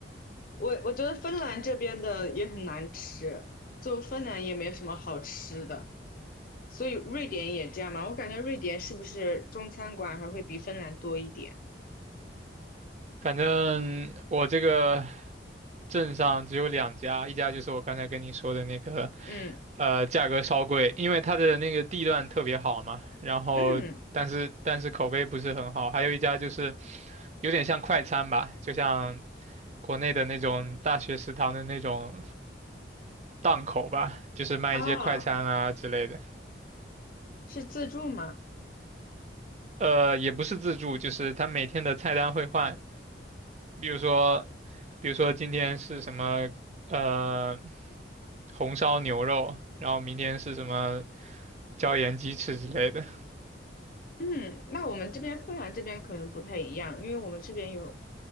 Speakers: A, on the left; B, on the right.
A: 我我觉得芬兰这边的也很难吃，就芬兰也没什么好吃的，所以瑞典也这样嘛。我感觉瑞典是不是中餐馆还会比芬兰多一点？
B: 反正我这个镇上只有两家，一家就是我刚才跟你说的那个，
A: 嗯
B: 呃，价格稍贵，因为它的那个地段特别好嘛，然后但是但是口碑不是很好，
A: 嗯，
B: 还有一家就是有点像快餐吧，就像国内的那种大学食堂的那种档口吧，就是卖一些快餐啊之类的。
A: 啊，是自助吗？
B: 呃，也不是自助，就是他每天的菜单会换，比如说，比如说今天是什么呃红烧牛肉，然后明天是什么椒盐鸡翅之类的。
A: 嗯，那我们这边芬兰这边可能不太一样，因为我们这边有